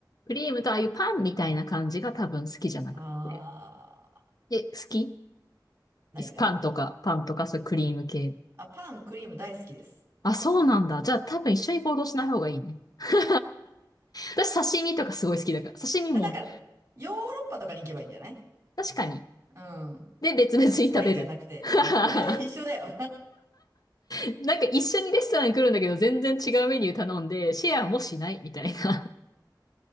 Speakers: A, on the left; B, on the right.
A: クリームとああいうパンみたいな感じが多分好きじゃなくて。
B: あ、
A: え、好き
B: 何が
A: パンとか、パンとか、そういうクリーム系。
B: あ、パン、クリーム大好きです。
A: あ、そうなんだ。じゃあ多分一緒に行動しない方がいいね。<laughs> 私刺身とかすごい好きだから。刺身も、
B: あだから、ヨーロッパとかに行けばいいんじゃない
A: 確かに。
B: うん。
A: で、別々に食べる。
B: タイじゃなくて、
A: <laughs>
B: そうそう。
A: な
B: <laughs> 一緒だよ。
A: んか一緒にレストランに来るんだけど、全然違うメニュー頼んで、シェアもしないみたいな。